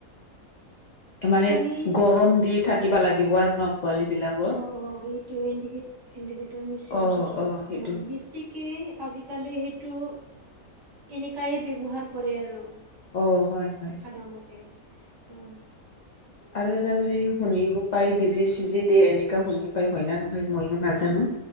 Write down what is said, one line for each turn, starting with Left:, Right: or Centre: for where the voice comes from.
Left: <unintelligible> মানে
Right: কণী
Left: গৰম দি থাকিবা লাগিব আৰু ন পোৱালি বিলাক?
Right: অ' অ' এইটো <unintelligible> ইণ্ডিকেটৰ মেচিনৰ
Left: অ সেইটো
Right: অ' বেছিক কে আজিকালি সেইটো এনেকাই ব্যৱহাৰ কৰে আৰু।
Left: অ' হয়-হয়।
Right: <unintelligible> মতে অ'
Left: আৰু তাৰমানে শুনিব পাই বিজি-চিজি দিয়ে, এনেকা শুনি পায় হয় না নহয় মইয়ো নাজানোঁ।